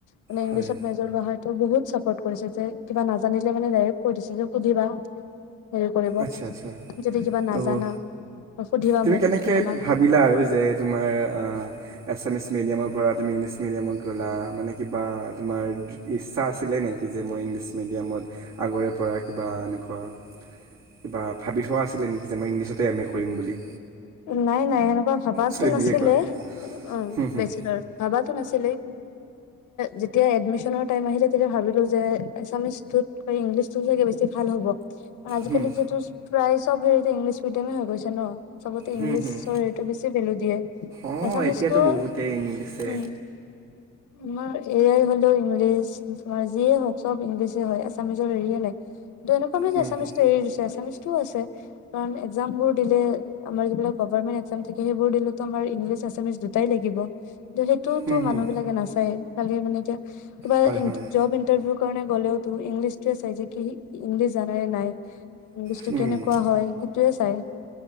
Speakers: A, on the left; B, on the right.
A: মানে ইংলিছত
B: হয়
A: মেজৰ লোৱা হয় ত' বহুত চাপৰ্ট কৰিছে যে কিবা নাজানিলে মানে ডাইৰেক্ট কৈ দিছে যে সুধিবা হেৰি কৰিব,
B: আচ্ছা আচ্ছা
A: যদি কিবা নাজানা
B: ত'
A: ত' সুধিবা
B: তুমি
A: মোক
B: কেনেকৈ
A: আমাক
B: ভাবিলা আৰু যে তোমাৰ আ এছামিছ মিডিয়ামৰ পৰা আ তুমি ইংলিছ মিডিয়ামত গ'লা। মানে কিবা তোমাৰ ইচ্ছা আছিলে নেকি যে মই ইংলিছ মিডিয়ামত আগৰে পৰা কিবা এনেকুৱা কিবা ভাবি থোৱা আছিলে নেকি? <unintelligible> ইংলিছতে এম এ কৰিম বুলি
A: নাই নাই সেনেকুৱা ভাবাতো
B: চৰি
A: নাছিলে।
B: বি এ কৰা
A: অ'
B: হুম হুম
A: বেষ্টচেলাৰ, ভাবাতো নাছিলে যেতিয়া এডমিচনৰ টাইম আহিলে তেতিয়া ভাবিলো যে এছামিচটোত বা ইংলিছটো চাগে বেছি ভাল হ'ব <unintelligible> আজিকালি
B: হুম
A: যিহেতু প্ৰাই চব হেৰিতে ইংলিছ মিডিয়ামে হৈ গৈছে ন চবতে
B: হুম
A: ইংলিছৰ
B: হুম
A: সেইটো বেছি ভেলু দিয়ে
B: অঁ
A: এছামিচতটো
B: এতিয়াতো বহুতেই ইংলিছে
A: উম আমাৰ এয়াই হ'লেও ইংলিছ যিয়ে হওক চব ইংলিছে হয় আ এছামিজৰ হেৰিয়ে নে দু এনেুৱাাম যে
B: হুম
A: এছামিছ
B: হুম
A: তৰি দিছে এছামিছ <unintelligible> সটো আছে কাৰণ এক্জাম বোৰ দিলে <unintelligible> আমাৰ যিবিলাক গভমেণ্ট এক্জাম থাকে সেইবোৰ দিলো আাৰ ইংলিছ এছামিছ দুটাই লাগিব সেইটোওতো
B: হুম হুম
A: মানুহ বিলাকে নাচায় খালি মানে এতিয়া কিবা
B: হয় হয়
A: জব ইন্টাৰভিউ কাৰণে গ'লেও তো ইংলিছে চাই কি ইংলিছ জানে নাই <unintelligible> বস্তু
B: হুম
A: কেনেকুৱা হয় সেইটোয়ে চাই <unintelligible>